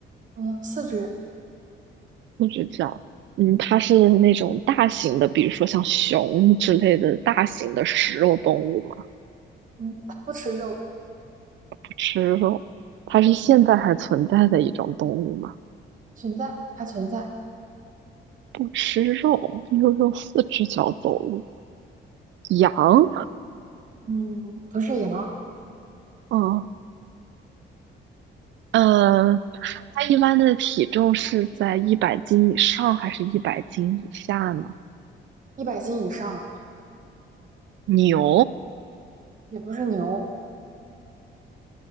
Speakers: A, on the right (about 40°); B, on the right (about 70°).
A: 嗯，四肢，
B: 四只脚，嗯，它是那种大型的，比如说像熊之类的大型的食肉动物吗？
A: 嗯，它不吃肉，
B: 不吃肉，它是现在还存在的一种动物吗？
A: 嗯，存在还存在，
B: 不吃肉，又用四只脚走路，羊，
A: 嗯，不是羊，
B: 嗯，呃，它一般的体重是在一百斤以上还是一百斤以下呢？
A: 一百斤以上，
B: 牛，
A: 也不是牛，